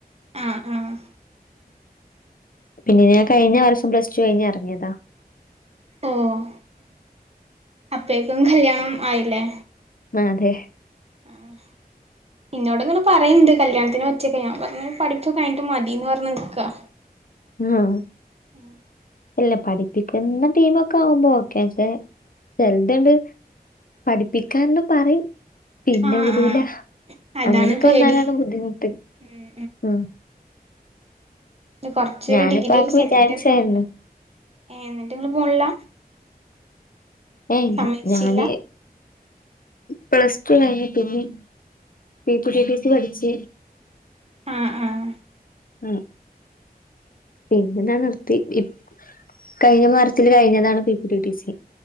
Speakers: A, on the right; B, on the left.
A: ആഹ് ആഹ്
B: പിന്നെ ഞാൻ കഴിഞ്ഞ വർഷം പ്ലസ്റ്റു കഴിഞ് എറങ്ങിയതാ
A: ഓഹ് അപ്പേക്കും കല്യാണം ആയില്ലേ
B: ആഹ് അതെ
A: <inaudible> ഇന്നോട്ങ്ങനെ പറയ്ണ്ട് കല്യാത്തിനെ പറ്റിയൊക്കെ ഞാൻ പറഞ്ഞ് പഠിപ്പ് കഴിഞ്ഞിട്ട് മതീന്ന് പറഞ് നിക്കാ
B: ആഹ്
A: ഉ
B: ഇല്ല പഠിപ്പിക്കുന്ന ടീമ് ഒക്കെ ആവുമ്പോ ഓക്കെ പക്ഷെ ചെലത്ണ് പഠിപ്പിക്കാന്ന് പറയും പിന്നെ
A: ആഹ്
B: വിടൂല.
A: ആഹ് അതാണ്
B: അങ്ങനെയൊക്കെ
A: പേടി
B: വന്നാലാണ് ബുദ്ധിമുട്ട്
A: ഉം
B: ഉം
A: ഇത് കുറച്ച
B: ഞാനിപ്പോ
A: ഒരു ഡിഗ്രി
B: ആക്ക്
A: ഒരു സെക്കൻഡ്
B: വിചാരിച്ചായിരുന്നു
A: ഇയർ കംപ്ലീട്ട് ഏ എന്നിട്ട് ഇങ്ങള് പോണില്ല?
B: ഏയ് ഇല്ല
A: സമ്മതിച്ചില്ല
B: ഞാന്. പ്ലസ് ടു കഴിഞ്ഞി ക്കേനി ആ പി പിടി ടി സി പഠിച്ച്.
A: ആഹ് ആഹ്
B: ഉം പിന്നെ ഞാൻ നിർത്തി ഇ കഴിഞ്ഞ മാർച്ചിൽ കഴിഞ്ഞതാണ് P P D D C.